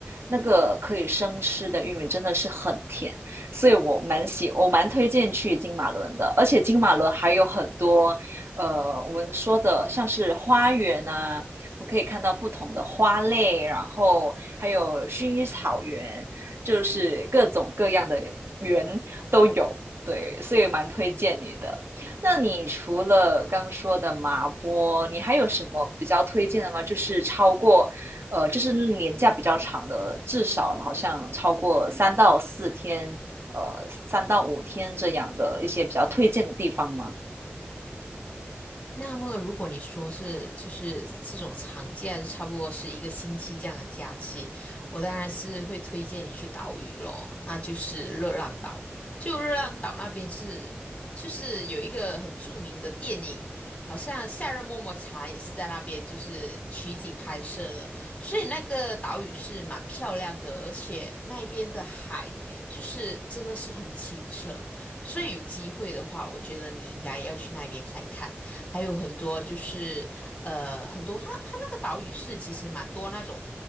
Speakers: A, on the right; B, on the left.
A: 那个可以生吃的玉米真的是很甜，所以我蛮喜，我蛮推荐去金马伦的。而且金马伦还有很多，呃，我们说的像是花园啊，我们可以看到不同的花类，然后还有薰衣草园，就是各种各样的园都有。对，所以蛮推荐你的。那你除了刚说的麻波，你还有什么比较推荐的吗？就是超过，呃，就是年假比较长的，至少好像超过三到四天，呃，三到五天这样的一些比较推荐的地方吗？
B: 那么，如果你说是就是这种长假，就差不多是一个星期这样的假期，我当然是会推荐你去岛屿咯，那就是热浪岛。就热浪岛那边是，就是有一个很著名的电影，好像《夏日么么茶》也是在那边就是取景拍摄的，所以那个岛屿是蛮漂亮的，而且那边的海就是真的是很清澈，所以有机会的话，我觉得你应该要去那边看一看。还有很多就是呃很多它它那个岛屿是其实蛮多那种